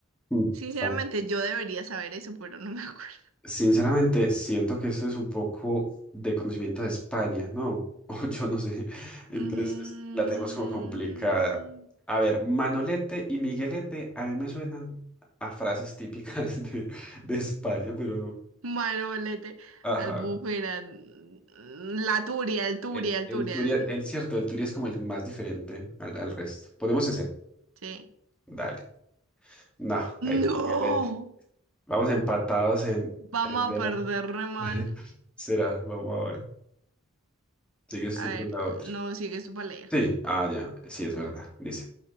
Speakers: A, in the centre; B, on the right.
A: Mm,
B: Sinceramente,
A: está-
B: yo debería saber eso, pero no me <laughs> acuerdo.
A: Sinceramente, siento que esto es un poco de conocimiento de España, ¿no? <laughs> O yo no sé. Entonces,
B: Mm,
A: la tenemos como complicada. A ver, Manolete y Miguelete a mí me suenan a frases típicas <laughs> de, de España, pero no.
B: Manolete,
A: Ajá.
B: albúfera, mm, la turia, el turia,
A: El,
B: el
A: el
B: turia.
A: Turia,
B: di-
A: el cierto, el Turia es como el más diferente al, al resto. Ponemos ese.
B: Sí.
A: Dale. No, el
B: ¡No!
A: Miguelete. Vamos empatados en,
B: Vamos
A: en
B: a
A: delante.
B: perder re mal.
A: <laughs> Será, vamos a ver. Sigues
B: A
A: tú
B: ver,
A: con la otra.
B: no, sigue su leer.
A: Sí, ah, ya, sí es verdad, dice.